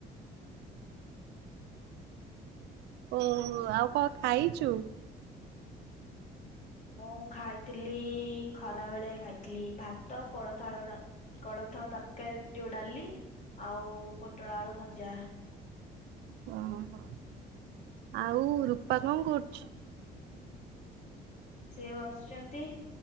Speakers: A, on the right; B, on the left.
A: ଓହୋ ଆଉ କଣ ଖାଇଛୁ?
B: ମୁଁ ଖାଇଥିଲି ଖରା ବେଳେ ଖାଇଥିଲି ଭାତ କୋଳଥ ଆଳୁ ଲା କୋଳଥ ତରକାରୀ ଯୋଉ ଡାଲି ଆଉ ପୋଟଳ ଆଳୁ ଭ ଜା
A: ଓହୋ ଆଉ ରୂପା କଣ କରୁଛୁ?
B: ସେ ବସିଛନ୍ତି।